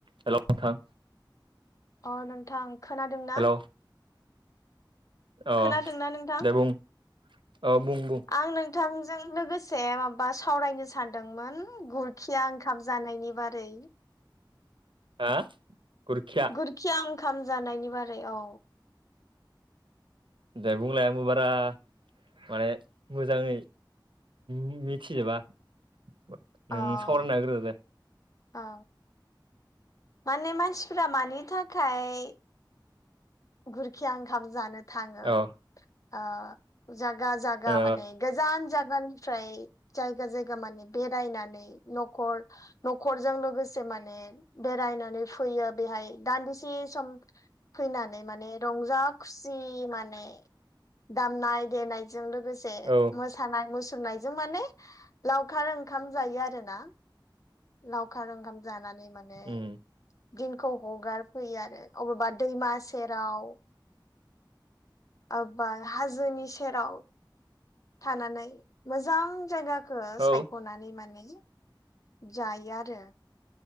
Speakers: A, on the right (about 85°); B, on the left (about 45°).
A: Hello नोंथां
B: अ नोंथां खोनादों ना?
A: हेल' अ
B: खोनादोंना नोंथां?
A: दे बुं औ बुं बुं
B: आं नोंथांजों लोगोस से माबा सावरायनो सानदोंमोन गुरखिया ओंखाम जानायनि बारै।
A: हा गुरखिया
B: गुरखिया ओंखाम जानायनि बारै औ।
A: दे बुंलाय आंबो बारा माने मोजाङै मि-मिथिजोबा। नों
B: अ
A: सावरायना होग्रो दे।
B: औ माने मानसिफ्रा मानि थाखाय गुरखिया ओंखाम जानो थाङो
A: औ
B: ओ जागा जागा
A: ओ
B: माने गोजान जा गानिफ्राय जायगा जायगा माने बेरायनानै नख'र नख'जों लोगोसे माने बेरायनानै फैयो बेहाय दान्दिसे सम फैनानै माने रंजा खुसि माने दामनाय देनाय जों लोगोसे
A: औ
B: मोसानाय मु सुरनायजों माने लावखार ओंखाम जायो आरोना। लावखार ओंखाम जानानै माने
A: उम
B: दिनखौ हगारफैयो आरो अबेबा दैमा सेराव अबबा हाजोनि सेराव थानानै। मोजां जायगाखौ सायख'नानै
A: औ
B: माने जायो आरो।